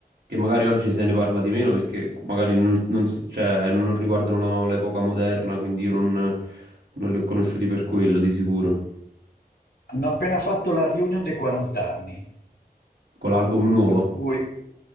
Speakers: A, on the right; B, on the left.
A: che magari oggi se ne parla di meno perché magari non, non so- cioè, non- non riguardano la- l'epoca moderna, quindi io non, non li ho conosciuti per quello di sicuro.
B: Hanno appena fatto la reunion dei 40 anni.
A: Con l'album nuovo?
B: per cui